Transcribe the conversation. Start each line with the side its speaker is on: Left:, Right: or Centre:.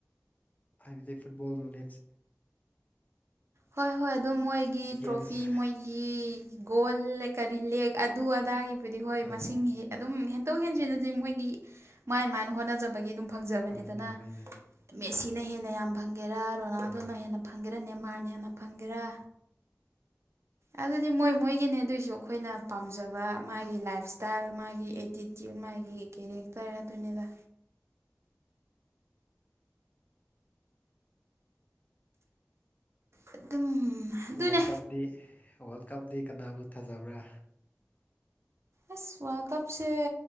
Left: ꯍꯥꯏꯕꯗꯤ ꯐꯨꯠꯕꯣꯜ ꯅꯣꯂꯦꯠꯖ
Right: ꯍꯣꯏ ꯍꯣꯏ ꯑꯗꯨꯝ ꯃꯣꯏꯒꯤ
Left: ꯑꯦꯒꯦꯟꯁ
Right: ꯇ꯭ꯔꯣꯐꯤ ꯃꯣꯏ ꯒꯤ ꯒꯣꯜ ꯀꯔꯤ ꯂꯦꯛ ꯑꯗꯨ ꯑꯗꯥꯏꯒꯤꯕꯨꯗꯤ ꯍꯣꯏ
Left: ꯑꯥ
Right: ꯃꯁꯤꯡ ꯍꯦꯛ ꯑꯗꯨꯝ ꯍꯦꯟꯇꯣꯛ ꯍꯦꯟꯖꯤꯅꯗꯤ ꯃꯣꯏꯒꯤ ꯃꯥꯏ ꯃꯥꯅ ꯍꯣꯠꯅꯖꯕꯒꯤ ꯑꯗꯨꯝ ꯐꯪꯖꯕꯅꯤꯗꯅ
Left: ꯍꯣꯏꯅꯦ ꯍꯣꯏꯅꯦ
Right: ꯃꯦꯠꯁꯤꯅ ꯍꯦꯟꯅ ꯌꯥꯝ ꯐꯪꯒꯦꯔꯥ ꯔꯣꯅꯥꯜꯗꯣꯅ
Left: ꯑꯥ
Right: ꯍꯦꯟꯅ ꯐꯪꯒꯦꯔꯅꯦ ꯃꯥꯅꯦ ꯍꯦꯟꯅ ꯐꯪꯒꯦꯔꯥ ꯑꯗꯨꯗꯤ ꯃꯣꯏ ꯃꯣꯏꯒꯤꯅꯦ ꯑꯗꯨꯑꯣꯏꯁꯨ ꯑꯩꯈꯣꯏꯅ ꯄꯥꯝꯖꯕ ꯃꯥꯒꯤ ꯂꯥꯏꯞ ꯏꯁꯇꯥꯏꯜ ꯃꯥꯒꯤ ꯑꯦꯇꯤ ꯨ ꯃꯥꯥꯒꯤ ꯀꯦꯔꯤꯛꯇꯔ ꯑꯗꯨꯅꯤꯗ ꯑꯗꯨꯝ ꯑꯗꯨꯅꯦ
Left: ꯋꯥꯔꯜ ꯀꯞꯇꯗꯤ ꯋꯥꯔꯜ ꯀꯞꯇ ꯀꯅꯥꯕꯨ ꯊꯥꯖꯕ꯭ꯔꯥ
Right: ꯑꯁ ꯋꯥꯜ ꯀꯞꯁꯦ